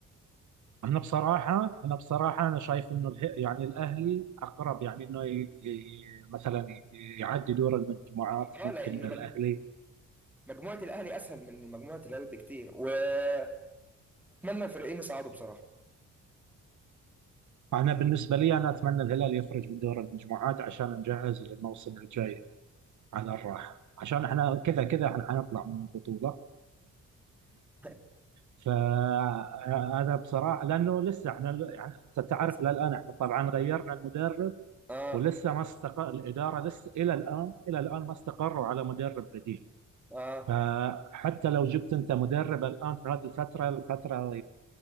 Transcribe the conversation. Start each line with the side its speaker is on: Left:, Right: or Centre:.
Right: انا بصراحه انا بصراحه انا شايف انه اله- يعني الاهلي اقرب يعني انه ي- ي- مثلا ي- يعدي دور المجموعات
Centre: اه
Right: ممكن
Centre: لان
Right: إن الاهلي
Centre: مج- مجموعه الاهلي اسهل من مجموعه الهلال بكتير واتمنى الفريقين يصعدوا بصراحه
Right: انا بالنسبه لي انا اتمنى الهلال يخرج من دور المجموعات عشان نجهز للموسم الجاي على الراحه عشان احنا كذا كذا احنا حنطلع من البطوله
Centre: <laughs>
Right: فانا بصراحه لانه لسه احنا يعني انت تعرف
Centre: بس
Right: الى الان احنا طبعا غيرنا المدرب
Centre: اه
Right: ولسه ما استقر الاداره لسه الى الان الى الان ما استقروا على مدرب بديل
Centre: اه
Right: فحتى لو جبت انت مدرب الان في هذه الفتره الفتره